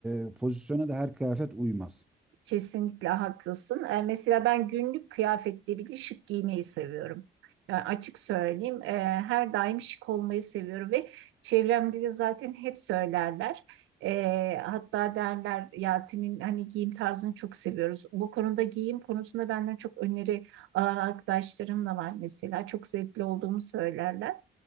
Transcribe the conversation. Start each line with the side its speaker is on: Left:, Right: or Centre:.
Centre: e, pozisyona da her kıyafet uymaz.
Right: Kesinlikle haklısın. E, mesela ben günlük kıyafette bile şık giymeyi seviyorum. Yani açık söyleyeyim, e, her daim şık olmayı seviyorum ve çevremde de zaten hep söylerler. E, hatta derler ya senin hani giyim tarzını çok seviyoruz. Bu konuda giyim konusunda benden çok öneri alan arkadaşlarım da var mesela. Çok zevkli olduğumu söylerler.